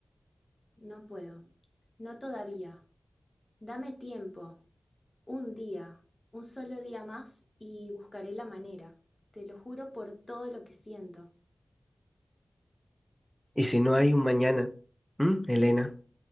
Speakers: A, on the left (about 30°); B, in the centre.
A: No puedo, no todavía. Dame tiempo, un día, un solo día más y buscaré la manera. Te lo juro por todo lo que siento.
B: Y si no hay un mañana, ¿m, Elena?